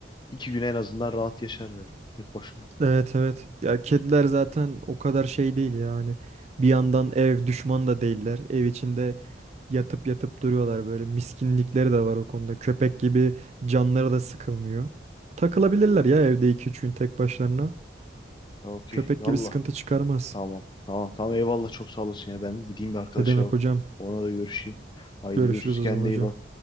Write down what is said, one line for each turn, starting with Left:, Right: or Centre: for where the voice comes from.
Left: iki gün en azından rahat yaşar herhalde tek başına.
Right: Evet evet. Ya kediler zaten o kadar şey değil yani. Bir yandan ev düşman da değiller. Ev içinde yatıp yatıp duruyorlar böyle. Miskinlikleri de var o konuda. Köpek gibi canları da sıkılmıyor. Takılabilirler ya evde iki üç gün tek başlarına.
Left: Ha, Okey.
Right: Köpek
Left: Allah.
Right: gibi sıkıntı çıkarmaz.
Left: Tamam. Tamam. Tamam eyvallah çok sağ olasın ya. Ben gideyim bir arkadaşa
Right: Ne demek hocam?
Left: ona da görüşeyim. Haydi
Right: Görüşürüz
Left: görüşürüz.
Right: o
Left: Kendine
Right: zaman hocam.
Left: iyi bak.